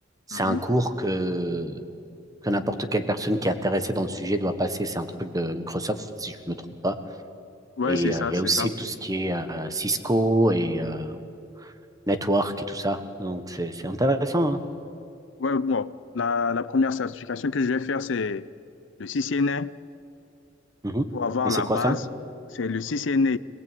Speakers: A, on the right; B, on the left.
A: C'est
B: mhm.
A: un cours que, que n'importe quelle personne qui est intéressée dans le sujet doit passer. C'est un truc de Microsoft, si je ne me trompe pas.
B: Ouais,
A: Et
B: c'est ça,
A: euh, il
B: c'est
A: y a aussi
B: ça.
A: tout ce qui est euh, Cisco et euh, network et tout ça. Donc, c'est c'est intéressant. hein.
B: Ouais, bon, la, la première certification que je vais faire, c'est le CCNA.
A: Mhm.
B: pour avoir
A: Et
B: la
A: c'est quoi
B: base,
A: ça?
B: c'est le CCNA,